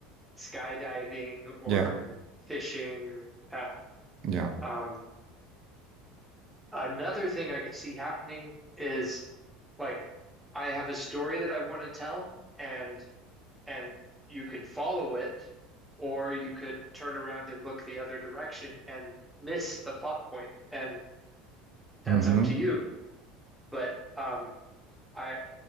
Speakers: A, in the centre; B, on the right (about 50°).
A: skydiving or
B: Yeah.
A: fishing. Or, yeah.
B: Yeah.
A: Um, another thing I could see happening is like I have a story that I want to tell, and and you can follow it, or you could turn around and look the other direction and miss the plot point, and that's
B: hmm
A: up to you. But um, I